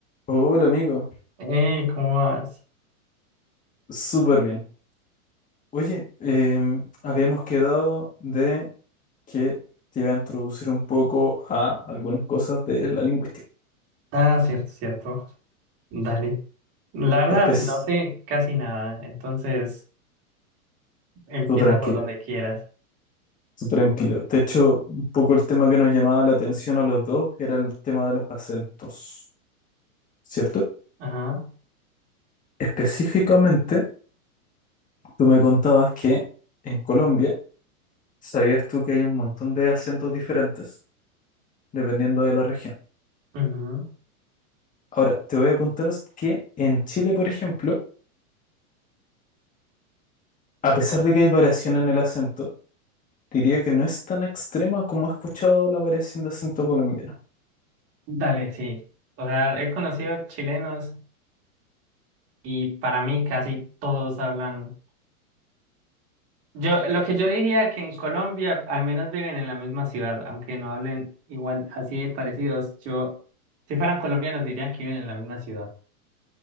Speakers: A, on the left (about 20°); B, on the right (about 35°).
A: Hola amigo,
B: Eh, ¿cómo vas?
A: súper bien. Oye, em, habíamos quedado de que te iba a introducir un poco a algunas cosas de la lingüística.
B: Ah, cierto, cierto. Dale. La verdad,
A: Estés
B: no sé casi nada, entonces empieza
A: tú tranquilo,
B: por donde quieras.
A: tú tranquilo. De hecho, un poco el tema que nos llamaba la atención a los dos era el tema de los acentos, ¿cierto?
B: Ajá.
A: Específicamente, tú me contabas que en Colombia, ¿sabías tú que hay un montón de acentos diferentes dependiendo de la región?
B: ujú.
A: Ahora, te voy a contar que en Chile, por ejemplo, A pesar de que hay variación en el acento, diría que no es tan extrema como he escuchado la variación de acento colombiano.
B: Dale, sí. O sea, he conocido chilenos y para mí casi todos hablan. Yo, lo que yo diría que en Colombia al menos viven en la misma ciudad, aunque no hablen igual, así de parecidos. Yo, si fueran colombianos, dirían que viven en la misma ciudad.